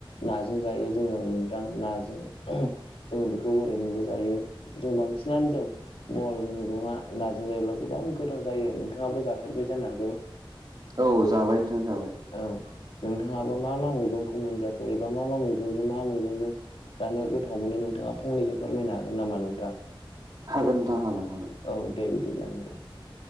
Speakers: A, on the left (about 85°); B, on the right (about 45°).
A: नाजों जायो जोङो नोंथां नाजों जोङो बेखौ ओरैनो जों बांसि जों बहल मै नाजों जायोब्ला। गोबां गोथाव जायो नोंथाङाबो जाफेरबाय जानो हागौ।
B: औ जाबाय नोंथां जाबाय।
A: औ नोंथाङाबो मा मा मैगंखौ मोनजाखो एबा मा मा मैगंजों मा मैगंजों जानो गोथाव मोनो नोंथां। नोंथाङा फंनैसो फोरमायनो हागोन नामा नोंथां?
B: हागोन नोंथां हागोन हागोन।
A: औ दे बिदिब्ला नोंथां।